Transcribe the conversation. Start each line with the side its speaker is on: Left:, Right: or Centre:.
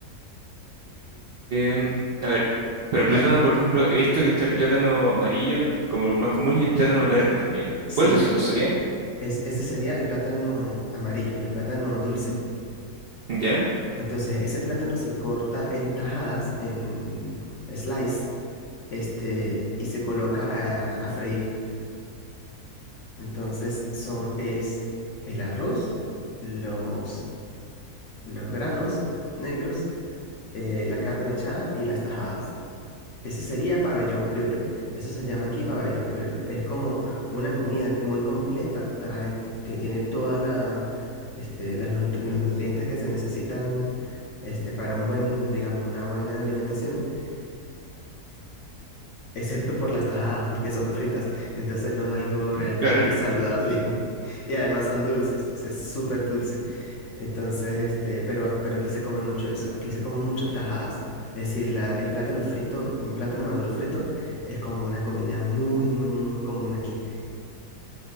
Right: Em, a ver. Pero
Left: Ma-
Right: plátano, por ejemplo, he visto que está el plátano amarillo el- como el más común y el plátano verde también.
Left: sí,
Right: ¿Cuál de esos dos sería?
Left: Es, ese sería el plátano amarillo, el plátano dulce.
Right: Ya.
Left: Entonces, ese plátano se corta en tajadas, en slice, este, y se coloca a, a freír. Entonces, son, es el arroz, los, los granos negros, eh, la carne mechada y las tajadas. Ese sería pabellón criollo. Eso se llama aquí pabellón criollo. Es como una comida muy completa, trae, que tiene todas la, este, las nutri- los nutrientes que se necesitan este, para un buen, digamos, una buena alimentación. Excepto por las tajadas, porque son fritas, entonces no es algo realmente
Right: Claro.
Left: saludable. <laughs> Y además son dulces, ese es súper dulce. Entonces, este, pero, pero aquí se come mucho eso, aquí se comen mucho tajadas. Es decir, la, el plátano frito, el plátano maduro frito es como una comida muy, muy, muy común aquí.